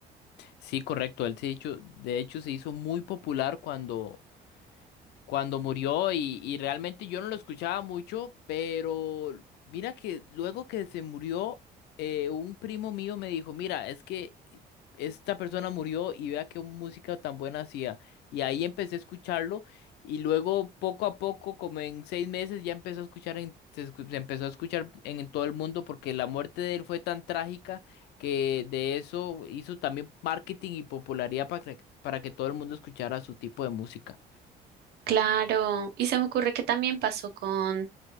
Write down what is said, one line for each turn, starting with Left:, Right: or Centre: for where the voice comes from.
Left: Sí, correcto. Él se hizo- de hecho, se hizo muy popular cuando cuando murió y, y realmente yo no lo escuchaba mucho, pero mira que luego que se murió, eh, un primo mío me dijo, mira, es que esta persona murió y vea qué música tan buena hacía. Y ahí empecé a escucharlo y luego poco a poco, como en seis meses, ya empezó a escuchar en- se, escu- se empezó a escuchar en, en todo el mundo porque la muerte de él fue tan trágica que de eso hizo también marketing y popularidad para que, para que todo el mundo escuchara su tipo de música.
Right: Claro, y se me ocurre que también pasó con,